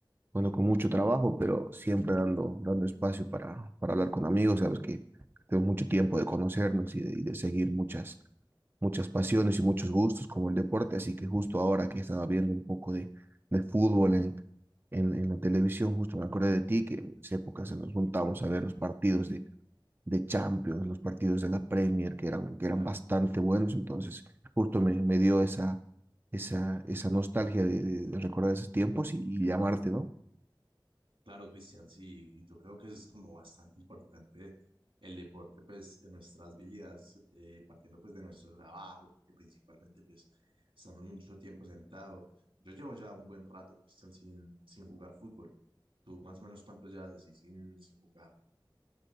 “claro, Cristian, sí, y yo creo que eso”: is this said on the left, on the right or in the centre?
Right